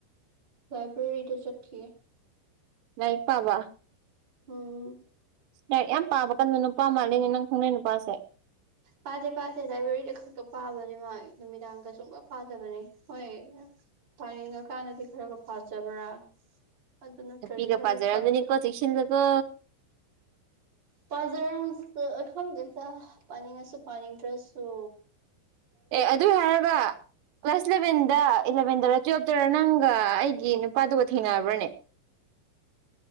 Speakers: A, on the right; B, on the right.
A: ꯂꯥꯏꯕ꯭ꯔꯦꯔꯤꯗ ꯆꯠꯈꯤꯌꯦ
B: ꯂꯥꯏꯔꯤꯛ ꯄꯥꯕꯥ
A: ꯎꯝ
B: ꯌꯥ ꯌꯥꯝ ꯄꯥꯕ ꯀꯟꯗ ꯅꯨꯄꯥ ꯃꯥꯜꯜꯂꯤꯅꯦ ꯅꯪ ꯈꯪꯅꯩ ꯅꯨꯄꯥꯁꯦ
A: ꯄꯥꯗꯦ ꯄꯥꯗꯦ ꯖꯥꯏꯕ꯭ꯔꯦꯔꯤꯗ ꯈꯛꯇ ꯄꯥꯕꯅꯦ ꯃꯥ ꯅꯨꯃꯤꯗꯥꯡꯒ ꯁꯨꯡꯒ ꯄꯥꯖꯕꯅꯦ ꯍꯣꯏ ꯄꯥꯅꯤꯡꯉꯀꯥꯟꯗꯗꯤ ꯈꯔꯒ ꯄꯥꯖꯕ꯭ꯔꯥ ꯑꯗꯨ ꯑꯗꯨ ꯅꯠꯇ꯭ꯔꯔꯤꯒꯔꯤ
B: ꯅꯨꯄꯤꯒ ꯄꯥꯖꯔꯝꯖꯅꯤꯀꯣ
A: ꯐꯥꯛꯇ
B: ꯆꯦꯛꯁꯤꯜꯂꯨꯀꯣ
A: ꯄꯖꯔ ꯑꯗ ꯄꯅꯤ ꯉ ꯄꯅ ꯏ꯭ꯔꯦꯁꯨ
B: ꯑꯦ ꯑꯗꯨ ꯍꯥꯏꯔꯒ ꯀ꯭ꯂꯥꯁ ꯏꯂꯚꯦꯟꯗ ꯏꯂꯚꯦꯟꯗꯔ ꯇꯨꯌꯦꯜꯞꯇꯔ ꯅꯪꯒ ꯑꯩꯒꯤ ꯅꯨꯄꯥꯗꯨꯒ ꯊꯦꯡꯅꯔꯕ꯭ꯔꯅꯦ